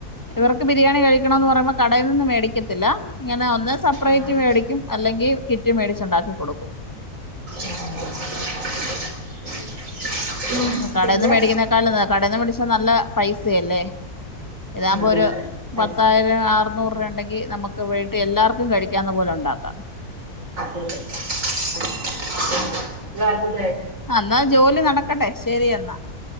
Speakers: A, on the left (about 25°); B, on the right (about 55°).
A: ഇവർക്ക് ബിരിയാണി കഴിക്കണം എന്ന് പറയുമ്പോൾ. കടയിൽ നിന്ന് മേടി ക്കത്തില്ല ഇങ്ങനെ ഒന്നേ സർപ്പറേറ്റ്
B: ആഹ്
A: മേടിക്കും അല്ലെങ്കിൽ കിറ്റ് മേടിച്ച് ഉണ്ടാക്കി കൊടുക്കും.
B: ഏഹ് <unintelligible>
A: കടയിന്ന്
B: പിന്നെ
A: മേടിക്കുന്നേക്കാളും കടയിന്ന് മേടിച്ചാ നല്ല പൈസയല്ലേ. ഇതാകുമ്പോ
B: അതെ
A: ഒരു
B: അതെ പൈസ
A: പത്തായിരം അറുനൂറിന് അടു ഉണ്ടെങ്കിൽ നമു ക്ക് വീട്ടിൽ എല്ലാവർക്കും കഴിക്കാവുന്ന പോലെ ഉണ്ടാക്കാം.
B: അതെതെ <unintelligible>
A: അന്നാ ജോലി നടക്കട്ടെ. ശരി അന്നാ